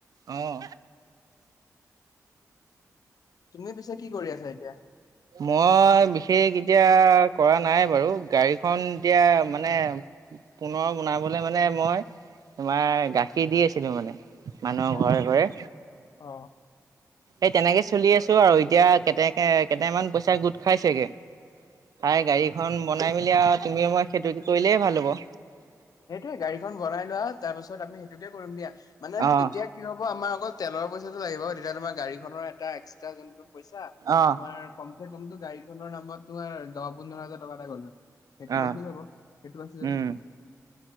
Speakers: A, on the right (about 65°); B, on the left (about 70°).
A: অহ।
B: তুমি পিছে কি কৰি আছা এতিয়া?
A: মই বিশেষ এতিয়া কৰা নাই বাৰু, গাড়ীখন এতিয়া মানে পুনৰ বনাবলে মানে মই তোমাৰ গাখীৰ দি আছিলো মানে। মানুহৰ
B: অ
A: ঘৰে, ঘৰে।
B: অ
A: এই তেনেকে চলি আছো আৰু এতিয়া কেকে কেইটামান পইচা গোট খাইছেগে। প্ৰায় গাড়ীখন বনাই, মেলি আৰু তুমিও, মই সেইটো কৰিলে ভাল হ'ব।
B: সেইটোয়ে গাড়ীখন বনাই লোৱা, তাৰপাছত আমি সেইটোকে কৰিম দিয়া। মানে
A: অ',
B: কেতিয়া কি হ'ব আমাৰ অকল তেলৰ পইচাটো লাগিব তেতিয়া তোমাৰ গাড়ীখনৰ এটা এক্সট্ৰা যোনটো পইচা
A: অ',
B: তোমাৰ কম চে কমতো গাড়ীখনৰ নামত তোমাৰ দহ পোন্ধৰ হাজাৰ টকা এটা গ'ল হয়। সেইটো
A: অ',
B: বাচি যাব, সেইটো বাচি যাব।
A: উম